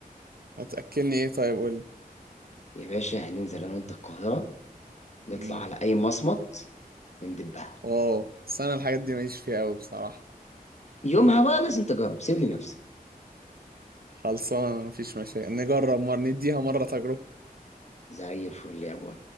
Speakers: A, on the right; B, on the left.
A: هتأكلني ايه طيب قول لي
B: يا باشا هننزل انا وانت القاهره نطلع
A: امم
B: على اي مصمت وندبها
A: واو بس انا الحاجات دي ماليش فيها قوي بصراحة
B: يومها بقى لازم تجرب سيب لي نفسك
A: خلصانة مفيش مشاكل نجرب مرة نديها مرة تجربة
B: زي الفل يا ابو